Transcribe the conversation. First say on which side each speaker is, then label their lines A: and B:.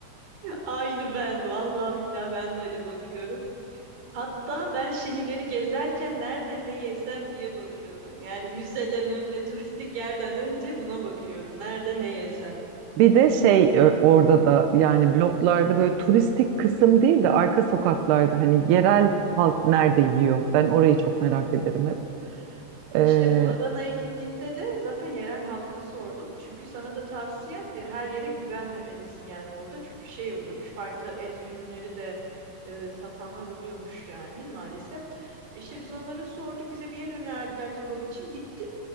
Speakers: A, on the right (about 45°); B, on the right (about 75°).
A: Aynı ben. Vallahi billahi ben de öyle bakıyorum. Hatta ben şehirleri gezerken nerede ne yesem diye bakıyorum. Yani müzeden önce, turistik yerden önce buna bakıyorum. Nerede ne yesem.
B: Bir de şey e, orada da yani bloklarda böyle turistik kısım değil de arka sokaklarda hani yerel halk nerede yiyor? Ben orayı çok merak ederim hep. Ee,
A: İşte bu Adana'ya gittiğimde de zaten yerel halka sordum. Çünkü sana da tavsiyem e, her yere güvenmemelisin yani orada. Çünkü şey oluyormuş farklı et ürünleri de e, satanlar oluyormuş yani maalesef. İşte biz onlara sorduk bize bir yer önerdiler kebap için gittik.